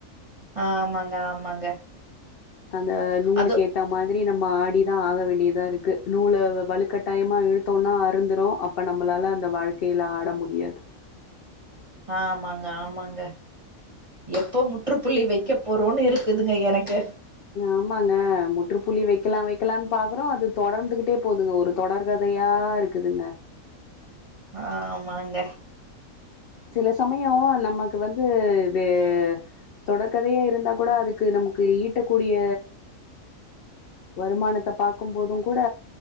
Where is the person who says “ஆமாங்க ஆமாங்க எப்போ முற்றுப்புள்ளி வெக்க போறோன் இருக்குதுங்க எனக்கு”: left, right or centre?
Right